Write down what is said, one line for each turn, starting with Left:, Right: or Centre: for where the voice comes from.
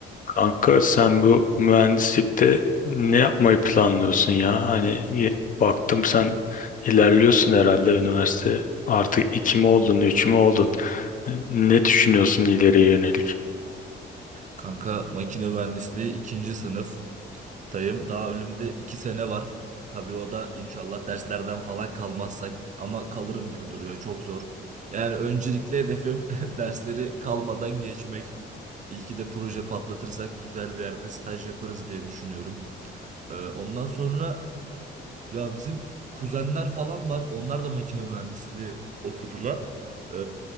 Left: Kanka sen bu mühendislikte ne yapmayı planlıyorsun ya? Hani ye- baktım sen ilerliyorsun herhalde üniversite. Artık iki mi oldun, üç mü oldun? Ne düşünüyorsun ileriye yönelik?
Right: Kanka makine mühendisliği ikinci sınıftayım. Daha önümde iki sene var. Tabii o da inşallah derslerden falan kalmazsak ama kalırım gibi duruyor. Çok zor. Yani öncelikli hedefim <laughs> dersleri kalmadan geçmek. İyi ki de proje patlatırsak güzel bir yerde staj yaparız diye düşünüyorum. Ee, ondan sonra ya bizim kuzenler falan var. Onlar da makine mühendisliği okudular. Ee,